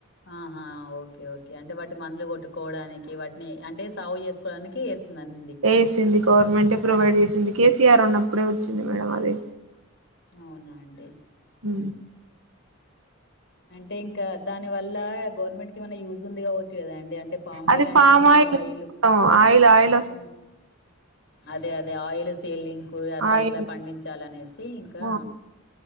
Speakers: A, on the left (about 55°); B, on the right (about 80°).
A: ఆహా ఓకే ఓకే అంటే వాటి మందులు కొట్టుకోవడానికి వాటిని అంటే సాగు చేసుకోవడానికి ఏస్ నన్
B: ఏసింది గవర్నమెంటే ప్రొవైడ్ జేసింది కేసీఆర్ ఉన్నప్పుడే వచ్చింది మేడం అది
A: అవునా అండి
B: ఊ
A: అంటే ఇంకా దాని వల్ల గవర్నమెంట్ కేమైనా యూజ్ ఉంది కావచ్చు కదా అండి అంటే పామాయిల్
B: అది
A: అంటే
B: ఫామ్
A: ఇప్పుడు మనకు
B: ఆయిల్
A: ఆయిలు
B: ఆయిల్ ఆయిల్ వస్త
A: ఊ అదే అదే ఆయిల్ సీలింకు అట్లా
B: ఆయిల్
A: ఎట్లా పండించాలనేసి ఇంకా
B: ఆ,